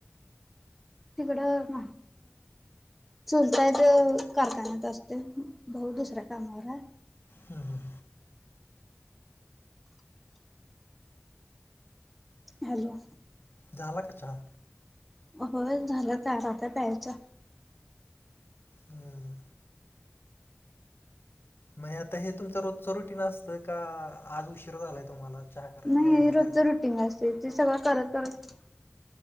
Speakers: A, in the centre; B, on the left.
A: तिकडं. चुलताय ते कारखान्यात असतय भाऊ दुसऱ्या कामावर आहे.
B: हं हं.
A: हॅलो.
B: झाला का चहा.
A: होय झाला चहा आता प्यायचा.
B: हम्म. मग आता हे तुमचं रोजचं रुटीन असतं का आज उशीर झालाय तुम्हाला. चहा कराय
A: नाही
B: ए,
A: रोजच
B: ह्याला
A: रुटीन असते. ते सगळं करत करत.